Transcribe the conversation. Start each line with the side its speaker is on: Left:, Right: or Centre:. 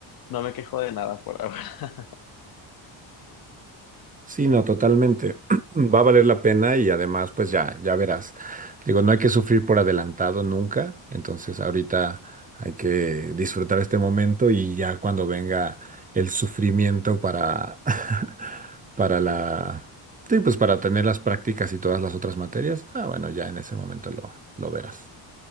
Left: no me quejo de nada por ahora. <laughs>
Right: Sí, no, totalmente. <clears throat> Va a valer la pena y además, pues ya, ya verás. Digo, no hay que sufrir por adelantado nunca. Entonces, ahorita hay que disfrutar este momento y ya cuando venga el sufrimiento para, <laughs> para la, sí, pues para tener las prácticas y todas las otras materias, ah, bueno, ya en ese momento lo, lo verás.